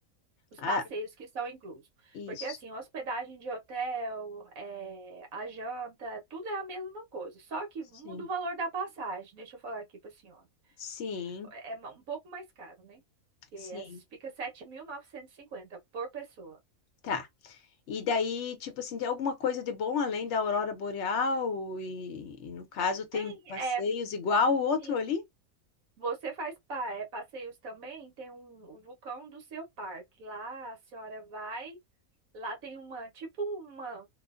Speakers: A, on the right (about 75°); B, on the left (about 60°).
A: os
B: ah,
A: passeios que são inclusos.
B: isso.
A: Porque assim, hospedagem de hotel, é, a janta, tudo é a mesma coisa, só que
B: Sim.
A: muda o valor da passagem. Deixa eu falar aqui para a senhora.
B: Sim,
A: é é ma- um pouco mais caro, né? Que
B: sim.
A: essa fica 7.950 por pessoa.
B: Tá. E daí, tipo assim, tem alguma coisa de bom além da aurora boreal? E, e no caso, tem
A: Tem,
B: passeios
A: é,
B: igual o outro
A: sim,
B: ali?
A: você faz pa- é, passeios também, tem um, o vulcão do seu parque. Lá a senhora vai, lá tem uma, tipo uma,